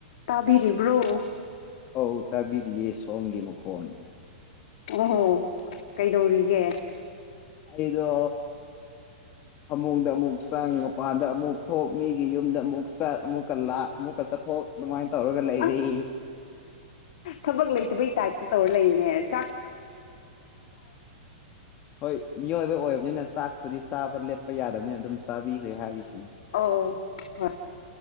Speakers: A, on the left; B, on the left.
A: ꯇꯥꯕꯤꯔꯤꯕ꯭ꯔꯣ
B: ꯑꯧ ꯇꯥꯕꯤꯔꯤꯌꯦ ꯁꯣꯝꯒꯤ ꯃꯈꯣꯟ
A: ꯑꯣꯍꯣ ꯀꯩꯗꯧꯔꯤꯒꯦ
B: ꯑꯩꯗꯣ ꯐꯃꯨꯡꯗ ꯑꯃꯨꯛ ꯆꯥꯡ ꯃꯄꯥꯟꯗ ꯑꯃꯨꯛ ꯊꯣꯛ ꯃꯤꯒꯤ ꯌꯨꯝꯗ ꯑꯃꯨꯛ ꯆꯠ ꯑꯃꯨꯛꯀ ꯂꯥꯛ ꯑꯃꯨꯛꯀ ꯆꯠꯊꯣꯛ ꯑꯗꯨꯃꯥꯏꯅ ꯇꯧꯔꯒ ꯂꯩꯔꯤ
A: ꯑꯁ ꯊꯕꯛ ꯂꯩꯇꯕꯩ ꯇꯥꯏꯞꯇ ꯇꯧꯔ ꯂꯩꯌꯦꯅꯦ ꯆꯥꯛ
B: ꯍꯣꯏ ꯃꯤꯑꯣꯏꯕ ꯑꯣꯏꯕꯅꯤꯅ ꯆꯥꯛꯄꯨꯗꯤ ꯆꯥꯕ ꯂꯦꯞꯄ ꯌꯥꯗꯕꯅꯤꯅ ꯑꯗꯨꯝ ꯆꯥꯕꯤꯈ꯭ꯔꯦ ꯍꯥꯏꯔꯤꯁꯤꯅꯦ
A: ꯑꯣ ꯍꯣꯏ